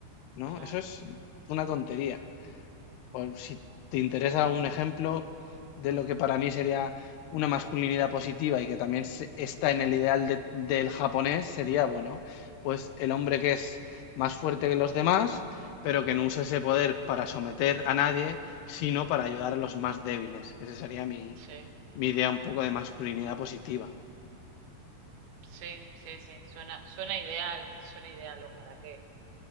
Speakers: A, on the left; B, on the right.
A: ¿no?
B: claro,
A: Eso es una tontería. Por si
B: Mm,
A: te interesa un ejemplo de lo que para mí sería una masculinidad positiva y que también se- está en el ideal de- del japonés, sería, bueno, pues el hombre que es más fuerte que los demás, pero que no usa ese poder para someter a nadie, sino para ayudar a los más débiles. Esa sería mi,
B: sí,
A: mi idea un poco de masculinidad positiva.
B: sí, sí, sí, suena, suena ideal, suena ideal, ojalá que,